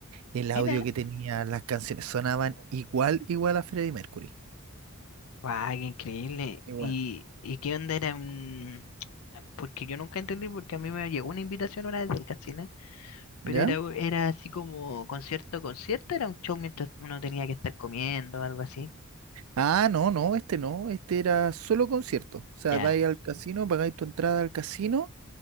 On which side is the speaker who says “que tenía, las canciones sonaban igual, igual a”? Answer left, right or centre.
Right